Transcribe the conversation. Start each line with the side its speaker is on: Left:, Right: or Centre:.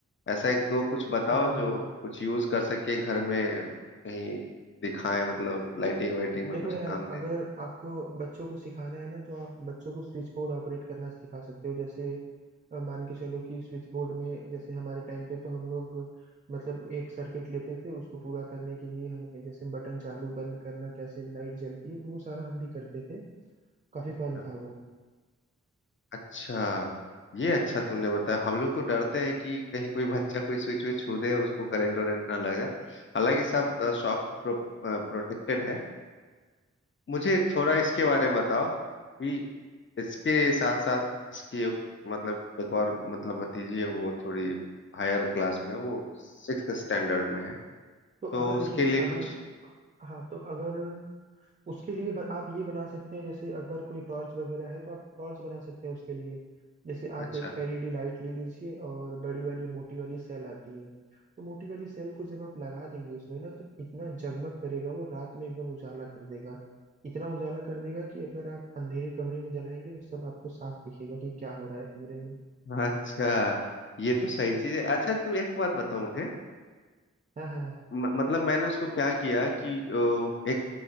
Left: ऐसा एक दो कुछ बताओ
Right: हाँ
Left: जो
Right: हाँ
Left: कुछ यूज कर सके घर में कहीं दिखाएं मतलब लाइटिंग वाइटिंग में
Right: देखो
Left: कुछ
Right: यार
Left: काम दे
Right: अगर आपको बच्चों को सिखाना है ना तो आप बच्चों को स्विच बोर्ड ऑपरेट करना सिखा सकते हो जैसे अ, मान के चलो कि स्विच बोर्ड में जैसे हमारे टाइम पे तो हम लोग मतलब एक सर्किट लेते थे उसको पूरा करने के लिए हमें जैसे बटन चालू बंद करना कैसे लाइट जलती है तो वो सारा हम भी करते थे काफी
Left: अच्छा।
Right: फन था वो
Left: अच्छा ये अच्छा तुमने बताया हम लोग तो डरते हैं कि कहीं कोई बच्चा कोई स्विच विच छू दे उसको करंट वरेंट ना लग जाए हालांकि सब अ, शॉक प्रो, प्रोटेक्टेड है मुझे थोड़ा इसके बारे में बताओ कि इसके साथ साथ इसकी मतलब एक और मतलब भतीजी है वो थोड़ी हायर क्लास में है, वो सिक्स्थ स्टैंडर्ड में है
Right: तो अगर
Left: तो उसके
Right: देखिए
Left: लिए कुछ
Right: अगर हाँ तो अगर उसके लिए ब- आप ये बना सकते हैं जैसे अगर कोई टॉर्च वगैरह है तो आप टॉर्च बना सकते हैं उसके लिए जैसे
Left: अच्छा
Right: आप एक एलईडी लाइट ले लीजिए और बड़ी वाली मोटी वाली सेल आती है तो मोटी वाली सेल को जब आप लगा देंगे उसमें ना तो इतना जगमग करेगा वो रात में एकदम उजाला कर देगा इतना उजाला कर देगा कि अगर आप अंधेरे कमरे में जलाएंगे तो सब आपको साफ दिखेगा कि क्या हो रहा है कमरे में
Left: अच्छा ये तो सही चीज है अच्छा तुम एक बात बताओ मुझे
Right: हाँ हाँ
Left: म, मतलब मैंने उसको क्या किया कि अ, एक